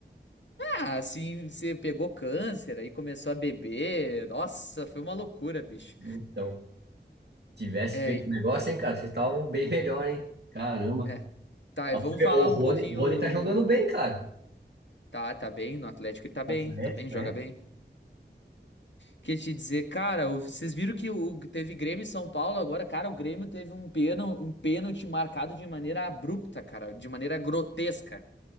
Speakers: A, on the left; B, on the right.
A: Ah, assim, você pegou câncer, aí começou a beber. Nossa, foi uma loucura, bicho.
B: Então, tivesse
A: É,
B: feito o negócio, hein, cara? Vocês estavam bem melhor, hein? Caramba.
A: é. Tá,
B: Ó,
A: e vamos
B: pra você ver,
A: falar
B: O Rony,
A: um pouquinho.
B: o Rony tá jogando bem, cara.
A: Tá, tá bem, no Atlético ele tá bem,
B: Atlético,
A: tá bem, joga
B: é.
A: bem. que te dizer, cara, o- vocês viram que o, teve Grêmio e São Paulo agora, cara, o Grêmio teve um pênalti, um pênalti marcado de maneira abrupta, cara, de maneira grotesca.